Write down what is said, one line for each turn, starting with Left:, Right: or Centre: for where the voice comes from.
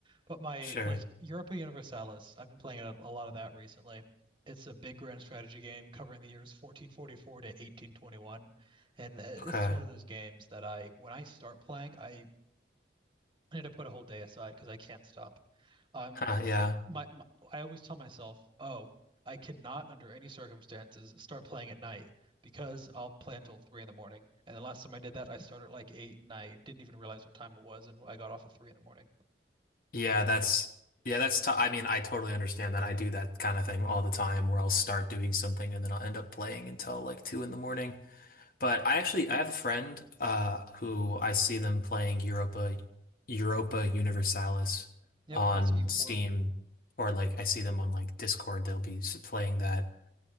Right: But my
Left: sure.
Right: like Europa Universalis, I've been playing a, a lot of that recently. It's a big grand strategy game covering the years 1444 to 1821. And uh, this
Left: Okay.
Right: is one of those games that I when I start playing, I I need to put a whole day aside because I can't stop. I'm
Left: Huh, yeah.
Right: my, my I always tell myself, oh, I cannot under any circumstances start playing at night because I'll play until three in the morning. And the last time I did that, I started at like eight and I didn't even realize what time it was and I got off at three in the morning.
Left: Yeah, that's yeah, that's t I mean, I totally understand that. I do that kind of thing all the time where I'll start doing something and then I'll end up playing until like two in the morning. But I actually I have a friend uh who I see them playing Europa Europa Universalis
Right: Yep,
Left: on
Right: that's EU4.
Left: Steam or like I see them on like Discord they'll be s- playing that.